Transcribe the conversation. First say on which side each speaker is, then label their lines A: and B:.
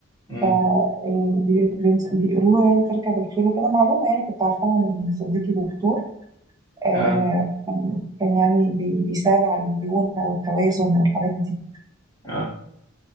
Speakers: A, on the left; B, on the right.
A: مم.
B: فبيقولوا له يعني ترجع بالخير وكده معلومة يعني كنت عارفاها من صديقي دكتور آه،
A: اه
B: كان كان يعني بي- بيساعد على الليونة والتوازن والحاجات دي
A: اه